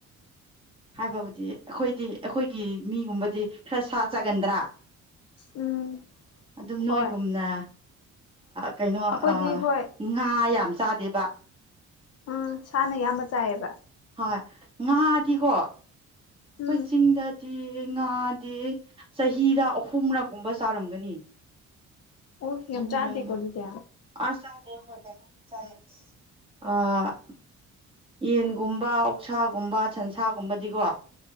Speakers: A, on the right (about 20°); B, on the left (about 55°).
A: ꯍꯥꯏꯕꯕꯨꯗꯤ ꯑꯩꯈꯣꯏꯗꯤ ꯑꯩꯈꯣꯏꯒꯤ ꯃꯤꯒꯨꯝꯕꯗꯤ ꯈꯔ ꯁꯥ ꯆꯥꯒꯟꯗ꯭ꯔꯥ
B: ꯎꯝ
A: ꯑꯗꯨꯝ ꯅꯣꯏꯒꯨꯝꯅ
B: ꯍꯣꯏ
A: ꯀꯩꯅꯣ
B: ꯑꯩꯈꯣꯏꯗꯤ ꯍꯣꯏ
A: ꯉꯥ ꯌꯥꯝ ꯆꯥꯗꯦꯕ
B: ꯎꯝ ꯁꯥꯅ ꯑꯌꯥꯝꯕ ꯆꯥꯏꯑꯦꯕ
A: ꯍꯣꯏ ꯉꯥꯗꯤꯀꯣ ꯑꯩꯈꯣꯏ
B: ꯎꯝ
A: ꯆꯤꯡꯗ ꯉꯥꯗꯤ ꯆꯍꯤꯗ ꯑꯍꯨꯝꯔꯛꯒꯨꯝꯕ ꯆꯥꯔꯝꯒꯅꯤ
B: ꯑꯣ
A: ꯍ
B: ꯌꯥꯝ ꯆꯥꯗꯦꯀꯣ ꯑꯗꯨꯗꯤ
A: ꯑꯁ ꯀ ꯑ <unintelligible> <unintelligible> <unintelligible> <unintelligible> ꯌꯦꯟꯒꯨꯝꯕ ꯑꯣꯛꯁꯥꯒꯨꯝꯕ ꯁꯟꯁꯥꯒꯨꯝꯕꯗꯤꯀꯣ